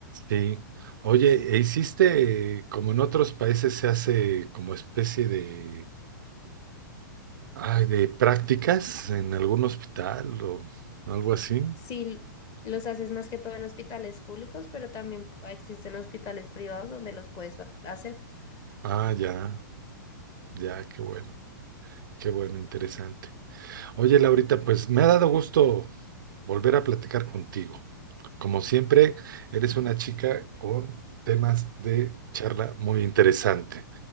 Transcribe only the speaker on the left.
Sí, los haces más que todo en hospitales públicos, pero también existen hospitales privados donde los puedes hacer.